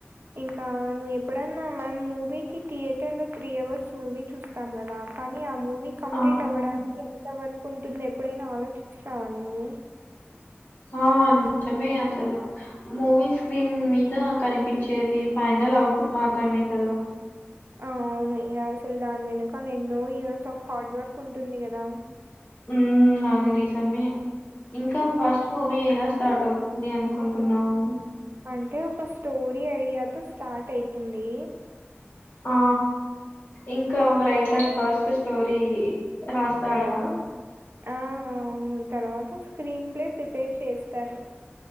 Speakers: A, on the right; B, on the left.
A: ఇంకా నువ్వు ఎప్పుడన్నా మ్యామ్ మూవీ కి థియేటర్ లో త్రీ అవర్స్ మూవీ చూస్ పోతాం కదా కానీ ఆ మూవీ కంప్లీట్
B: ఆ!
A: అవ్వడానికి ఎంత వర్క్ ఉంటుంది ఎప్పుడైనా ఆలోచించావా నువ్వు
B: ఆ నిజమే అసలు మూవీ స్క్రీన్ మీద కనిపించేది ఫైనల్ అవుట్పుట్ మాత్రమే కదా
A: ఆ అవును ఇగ అసలు దాని వెనకళ ఎన్నో ఇయర్స్ ఆఫ్ హార్డ్ వర్క్ ఉంటుంది గదా
B: ఉమ్మ్ అది నిజమే ఇంకా
A: హ్మ్.
B: ఫస్ట్ మూవీ ఎలా స్టార్ట్ అవు నీ అనుకుంటున్నవు
A: అంటే ఒక స్టోరీ ఐయ్యాక స్టార్ట్ అయితుంది
B: ఆ ఇంకా రైటర్ ఫస్ట్ స్టోరీ రాస్తాడా
A: ఆ అవును తర్వాత స్క్రీన్ ప్లే ప్రిపేర్ చేస్తారు